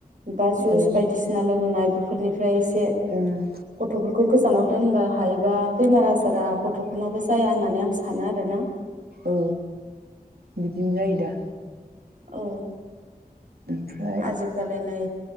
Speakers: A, on the right; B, on the right.
A: बा जुस
B: ओं
A: बायदिसिना लोंहोनाय बेफोरनि ओमफ्राय एसे
B: ओं
A: गथफोरखौ गोजानाव दोनबा हायोबा बेमार आजारा गथफोरनावबो जाया होननानै आं सानो आरोना
B: औ बिदिनो जायो दा
A: औ
B: ओमफ्राय
A: आजि खालि नै